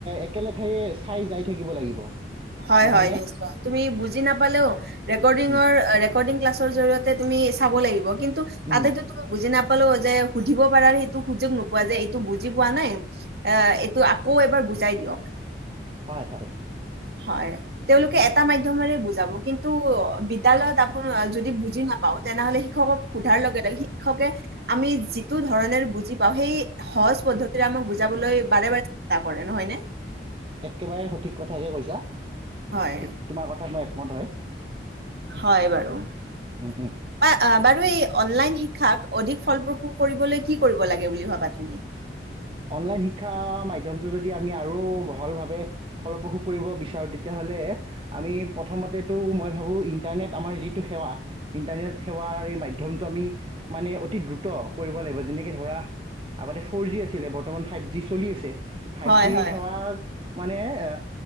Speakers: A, on the right; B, on the right.
A: একে লেঠায়িয়ে চাই যাই থাকিব লাগিব।
B: হয়,
A: নহয়নে
B: হয় <unintelligible> তুমি বুজি নাপালেওঁ ৰেকৰ্ডিংৰ,
A: উম,
B: ৰেকৰ্ডিং ক্লাচ জৰিয়তে তুমি চাব লাগিব। কিন্তু
A: উম,
B: তাতেটো তুমি বুজি নাপ পালো যে, সুধিব পাৰাৰ সেইটো সুযোগ নোপোৱা যে, এইটো বুজি পোৱা নাই, এ-এইটো আকৌ এবাৰ বুজাই দিয়ক।
A: হয়, হয়।
B: হয়, তেওঁলোকে এটা মাধ্যমৰে বু যাব কিন্তু অ', বিদ্যায়ালয়ত আপোন যদি বুজি নাপাওঁ তেনেহ'লে শিক্ষকক সোধাৰ লগে, লগে শিক্ষকে আমি যিটো ধৰণেৰ বুজি পাওঁ, সেই সহজ পদ্ধতিৰে আমাক‌ বু যাবলৈ বাৰে, বাৰে <unintelligible> কৰে। নহয়নে?
A: একেবাৰে সঠিক কথাকে কৈছা। ঠিক,
B: হয়,
A: তোমাৰ কথাত মই <unintelligible>
B: হয়, বাৰু <unintelligible>
A: উম, উম।
B: অ', বাৰু এই অনলাইন শিক্ষাক অধিক ফলপ্ৰসূ কৰিবলৈ কি কৰিব লাগে বুলি ভাবা তুমি?
A: অনলাইন শিক্ষা মাধ্যমটো যদি আমি আৰু বহলভাৱে ফলপ্ৰসূ কৰিব বিচাৰোঁ, তেতিয়াহ'লে আমি প্ৰথমতেতো মই ভাবোঁ ইণ্টাৰনেট আমাৰ যিটো সেৱা ইণ্টাৰনেট সেৱাৰ এই মাধ্যম টো, আমি মানে অতি দ্ৰুত কৰিব লাগিব, যেনেকে ধৰা আগতে ফ'ৰ জি আ আছিলে, বৰ্তমান ফাইভ জি চলি আছে। ফাইভ
B: হয়,
A: জিৰ
B: হয়,
A: সেৱা মানে আ,